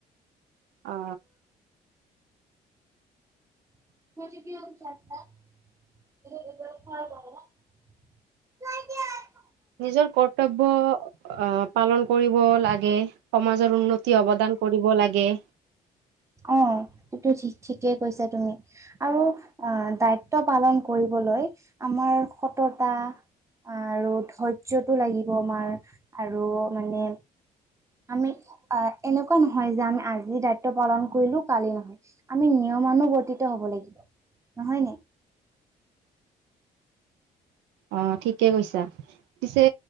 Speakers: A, on the right; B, on the right.
A: অ
B: <unintelligible> <unintelligible>
A: নিজৰ কৰ্তব্য আহ পালন কৰিব লাগে। সমাজৰ উন্নতি অৱদান কৰিব লাগে।
B: অ এইটো ঠিক ঠিকেই কৈছা তুমি। আৰু আহ দায়িত্ব পালন কৰিবলৈ আমাৰ সততা আৰু ধৈৰ্যটো লাগিব আমাৰ আৰু মানে আমি অ এনেকুৱা নহয় যে আমি আজি দায়িত্ব পালন কৰিলো কালি নহয়। আমি নিয়মানুবৰ্তিত হব লাগিব। নহয় ন?
A: অ ঠিকে কৈছা। পিছে